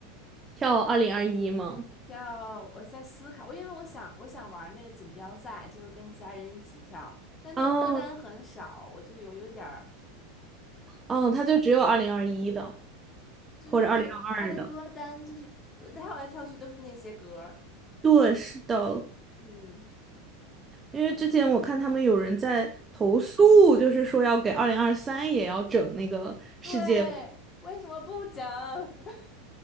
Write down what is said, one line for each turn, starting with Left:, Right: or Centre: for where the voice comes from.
Right: 跳二零二一吗？
Left: 跳，我在思考，我因为我想我想玩那个锦标赛，就是跟其他人一起跳，但那个歌单很少，
Right: 哦
Left: 我就有有点儿，
Right: 哦，他就只有二零二一的
Left: 就是他歌他的歌单就是我跳来跳去都是那些歌儿
Right: 或者二零二二的。对，是的，
Left: 嗯，
Right: 因为之前我看他们有人在投诉，就是说要给二零二三也要整那个世界杯
Left: 对，为什么不整？<laughs>